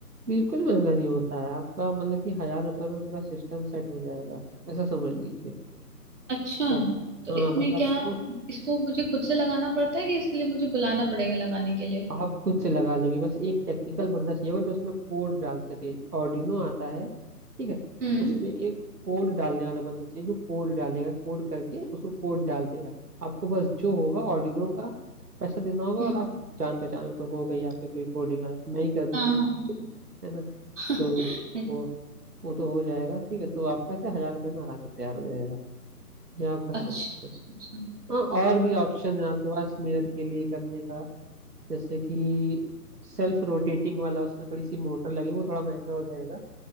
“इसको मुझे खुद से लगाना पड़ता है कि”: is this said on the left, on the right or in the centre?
Right